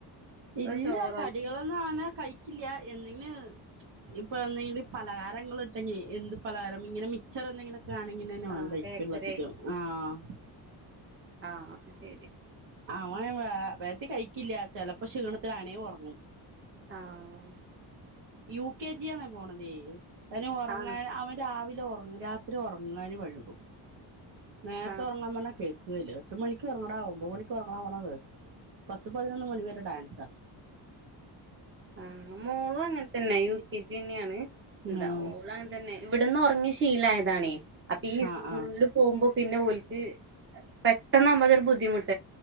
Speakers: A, on the right (about 80°); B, on the right (about 30°).
A: ഇല്ല
B: അതോ ചോറോ
A: കടികളൊന്നും
B: എന്തെങ്കിലും?
A: അങ്ങനെ കഴിക്കില്ല എന്തെങ്കിലും ന് ഇപ്പൊ എന്തെങ്കിലും പലഹാരങ്ങള്ണ്ടെങ്കി എന്ത് പലഹാരം ഇങ്ങനെ മിച്ചറെന്തെങ്കിലൊക്കെ കാണെങ്കിന്നെന്നെ
B: ആ
A: വാണം കയിക്കൊള്ളധികം
B: ബേക്കറി
A: ആഹ്
B: ആഹ് അത്ശെരി
A: അവൻ വേ വേകത്തി കഴിക്കില്ല ചെലപ്പോ ക്ഷീണത്തി അങ്ങനെ ഒറങ്ങും
B: ആഹ്
A: യു കെ ജി ആന്ന പോണതേ തന്നെ ഉറങ്ങാൻ
B: ആ
A: അവൻ രാവിലെ രാത്രി ഉറങ്ങാൻ വഴുകും നേരത്തെ
B: ആ
A: ഉറങ്ങാൻ പറഞ്ഞാൽ കേൾക്കും കയില്ല എട്ട് മണിക്ക്റങ്ങടാ ഒമ്പത് മണിക്ക്റങ്ങാ പറഞ്ഞാ കേക്കട്ടില്ല പത്ത്ു പതിനൊന്ന് മണി വരെ ഡാൻസ
B: ആഹ മോളും അങ്ങനെ തന്നെ യ കെ ജി തന്നെയാണ് എന്താ
A: ആഹ്
B: മോളും അങ്ങനെ തന്നെ ഇവിടുന്ന് ഉറങ്ങിയ ശീലായതാണേ അപ്പൊ ഈ സ്കൂളിൽ
A: ആഹ് ആഹ്
B: പോകുമ്പോ പിന്നെ ഓലക്ക് പെട്ടെന്ന് നമ്മതൊരു ബുദ്ധിമുട്ട്